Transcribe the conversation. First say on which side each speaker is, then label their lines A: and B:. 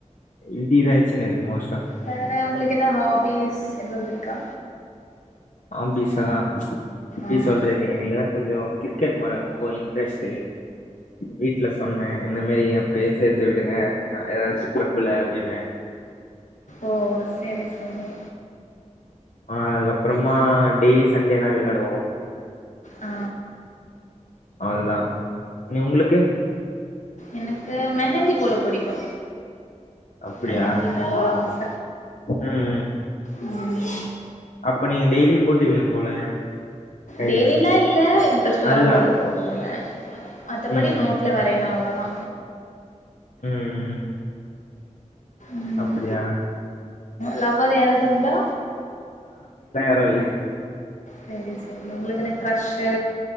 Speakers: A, on the left (about 80°); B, on the left (about 75°).
A: இடிதா இச்சுன்னுருக்கு மோஸ்ட்
B: வேற உங்குளுக்கு எதா ஹாபீஸ் ஏதாது ருக்கா
A: ஆம்பிஸா எப்டி
B: ஆ
A: சொல்றது என்ன எல்லா கொஞ்சோ கிரிக்கெட் மேல ரொம்போ இன்ட்ரெஸ்ட்டு வீட்ல சொன்னே இந்த மேரி அப்பயே சேத்து விடுங்க ஏதாச்சு கிளப்புல அப்டின்னு
B: ஓ செரி செரி
A: அ அதுக்கப்றமா டெய்லி சண்டேனா வெள்ளாடுவோ
B: ஆ
A: அதுதா நீ உங்களுக்கு
B: எனக்கு மெஹந்தி போட புடிக்கு
A: அப்டியா
B: மெஹந்தி மேல ஒரு ஆச
A: ம்
B: ம்
A: இப்ப நீங்க டெய்லி போடுவீங்க போல கைல
B: டெய்லிலா இல்ல இன்ட்ரெஸ்ட்
A: அதுதா
B: வரும் போது போடுவ மத்தபடி
A: ம்
B: நோட்ல
A: ம்
B: வரைவே அவ்ளதா
A: ம் ம்
B: ம்
A: அப்டியா
B: லவ்வர் யாராவது உண்டா
A: ப்ப இல்ல
B: சரி சரி உங்களுக்கு என்ன கிரஷூ